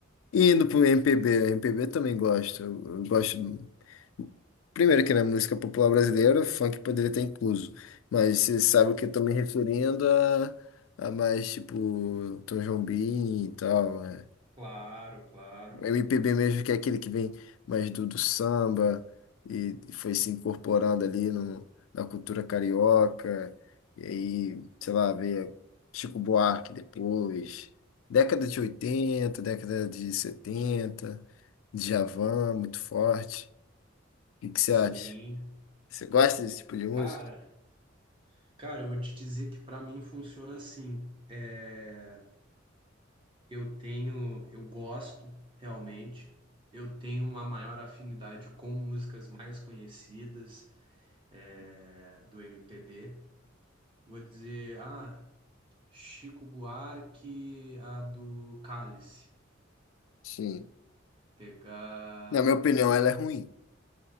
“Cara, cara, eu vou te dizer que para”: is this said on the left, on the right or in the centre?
Right